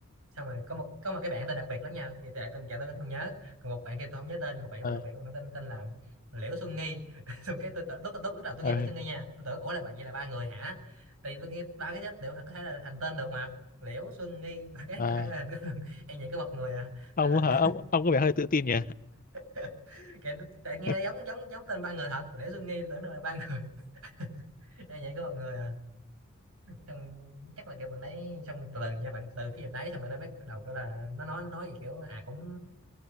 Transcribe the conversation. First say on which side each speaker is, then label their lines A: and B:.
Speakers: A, on the right; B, on the left.
A: xong rồi có một có một cái bạn tên đặc biệt lắm nha vậy tại tôi giờ tôi vẫn còn nhớ còn một bạn kia tôi không nhớ tên một bạn
B: Ờ,
A: tên đặc biệt bạn tên tên là Liễu Xuân Nghi <laughs> xong cái tôi tự- lúc lúc lúc đầu tôi
B: ờ,
A: nghe Liễu Xuân Nghi nha tôi tưởng ủa là bạn vậy là ba người hả tại vì tôi nghe ba cái chết đều có thể là thành tên được mà Liễu Xuân Nghi <laughs> ba cái
B: à.
A: có thể là thành <laughs> em vậy có một người à
B: Ông
A: tên là
B: hả?
A: Liễu
B: Ông, ông có vẻ hơi tự tin nhỉ?
A: <laughs> kể tại nghe
B: <laughs>
A: giống giống giống tên ba người thật Liễu Xuân Nghi tưởng đâu là ba người <laughs> em vậy có một người à xong chắc là kiểu bạn đấy xong từ từ nha bạn từ cái dịp đấy xong bạn đấy bắt đầu cái là nó nói nó nói gì kiểu à cũng